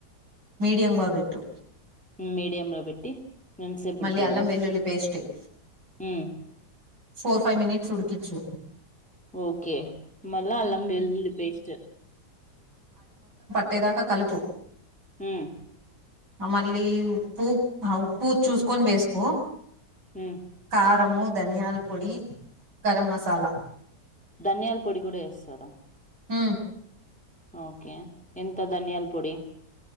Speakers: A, on the right (about 75°); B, in the centre.
A: మీడియంగా పెట్టు
B: మీడియంలో పెట్టి ఎంత సేపు
A: మళ్ళీ
B: ఉడికియాళ్ళ
A: అల్లం వెల్లుల్లి పేస్ట్ ఎయ్
B: ఉ
A: ఫోర్ ఫైవ్ మనిట్స్ ఉడుకిచ్చు
B: ఓకే మళ్ళా అల్లం వెల్లుల్లి పేస్ట్
A: తేదాక కలుపు
B: హు
A: మళ్ళీ ఉప్పు ఆ ఉప్పు చూసుకొని వేసుకో
B: ఉమ్
A: కారము, ధనియాల పొడి, గరం మసాలా
B: ధనియాల పొడి కూడా వేస్తారా
A: ఉ
B: ఓకే ఎంత ధనియాల పొడి